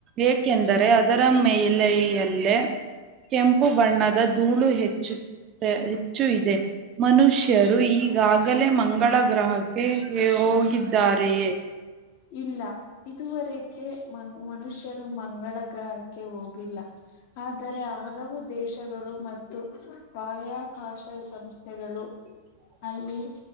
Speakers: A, on the right; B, on the left.
A: ಏಕೆಂದರೆ ಅದರ ಮೇಲೆಯಲ್ಲೇ ಕೆಂಪು ಬಣ್ಣದ ಧೂಳು ಹೆಚ್ಚು ಹೆಚ್ಚು ಇದೆ ಮನುಷ್ಯರು
B: ಹ್ಮ್
A: ಈಗಾಗಲೇ ಮಂಗಳ ಗ್ರಹಕ್ಕೆ ಹೋಗಿದ್ದಾರೆಯೇ
B: ಇಲ್ಲ ಇದುವರೆಗೆ ಮ ಮನುಷ್ಯರು ಮಂಗಳ ಗ್ರಹಕ್ಕೆ ಹೋಗಿಲ್ಲ ಆದರೆ ಹಲವು ದೇಶಗಳು ಮತ್ತು ಬಾಹ್ಯಾಕಾಶ ಸಂಸ್ಥೆಗಳು
A: ಹ <unintelligible>
B: ಅಲ್ಲಿ